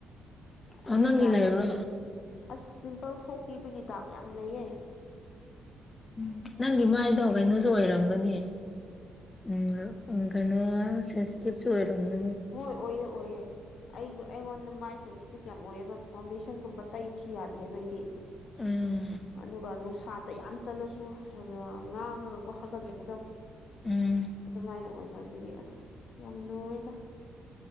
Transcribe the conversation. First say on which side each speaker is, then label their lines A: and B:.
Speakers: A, on the left; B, on the left.
A: ꯑꯣ
B: ꯑꯗꯨ
A: ꯅꯪꯒꯤ
B: ꯗꯥꯛ
A: ꯂꯩꯕ꯭ꯔꯣ
B: ꯑꯁ ꯄꯤꯝꯄꯜꯁ ꯊꯣꯛꯄꯤꯕꯒꯤ ꯗꯥꯛ ꯌꯥꯝ ꯂꯩꯌꯦ꯫ <inaudible>
A: ꯎꯝ ꯅꯪꯒꯤ ꯃꯥꯏꯗꯣ ꯒꯩꯅꯣ ꯁꯨ ꯑꯣꯏꯔꯝꯒꯅꯤ ꯎꯝ ꯎꯝ ꯀꯩꯅꯣ ꯁꯦꯟꯁꯤꯇꯤꯞꯁꯨ ꯑꯣꯏꯔꯝꯒꯅꯤ
B: ꯍꯣꯏ ꯑꯣꯏꯌꯦ ꯑꯣꯏꯌꯦ ꯑꯩ ꯑꯩꯉꯣꯟꯗ ꯃꯥꯏ ꯁꯦꯟꯁꯤꯇꯤꯞ ꯌꯥꯝ ꯑꯣꯏꯑꯦꯕ ꯐꯥꯎꯟꯗꯦꯁꯟꯒꯨꯝꯕ ꯇꯩꯕꯁꯨ ꯌꯥꯗ꯭ꯔꯦꯕ ꯑꯩꯗꯤ
A: ꯎꯝ
B: ꯑꯗꯨꯒ ꯅꯨꯡꯁꯥꯗ ꯌꯥꯝ ꯆꯠꯂꯁꯨ ꯉꯥꯡꯉꯒꯀꯣ ꯍꯥ ꯍꯥꯒꯠꯆꯕꯗꯣ
A: ꯎꯝ
B: ꯑꯗꯨꯃꯥꯏꯅ ꯑꯣꯏꯕ ꯑꯗꯨꯒꯤ ꯑꯁ ꯌꯥꯝ ꯂꯨꯑꯦꯗ